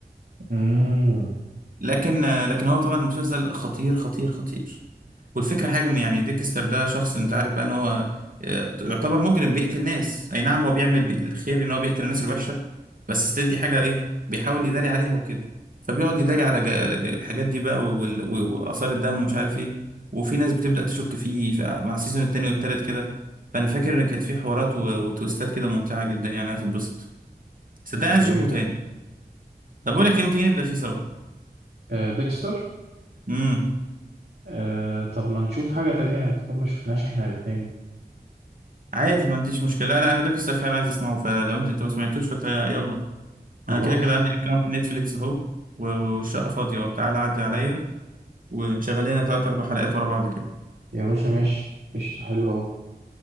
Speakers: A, on the right (about 80°); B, on the right (about 55°).
A: مم.
B: لكن آه، لكن هو طبعا المسلسل خطير خطير خطير والفكرة حاجة ان يعني ديكستر ده شخص انت عارف بقى ان هو آه، يعتبر مجرم بيقتل ناس اي نعم هو بيعمل بي- الخير ان هو بيقتل الناس الوحشة بس ستيل دي حاجة ايه بيحاول يداري عليها وكده فبيقعد يداري على جا- على جا- الحاجات دي بقى وال- و- وآثار الدم ومش عارف ايه وفي ناس بتبدأ تشك فيه ف- مع السيزون التاني والتالت كده فانا فاكر ان كانت في حوارات و- وتويستات كده ممتعة جدا يعني هتتبسط صدقني
A: اوكي
B: عايز اشوفه تاني طب بقول لك ايه ما تيجي نبدأ فيه سوا
A: آه، ديكستر
B: امم
A: آه، طب ما نشوف حاجة تانية تكون ما شفناش احنا الاتنين
B: عادي ما عنديش مشكلة لا لا انا ديكستر فعلا عايز اسمعه فلو انت انت ما سمعتوش فتا يلا
A: خلاص
B: انا كده كده عندي اكونت نتفليكس اهو و- والشقه فاضيه اهو. تعال عدي عليا ونشغل لنا تلات اربع حلقات ورا بعض كده
A: يا باشا ماشي قشطة حلوة أوي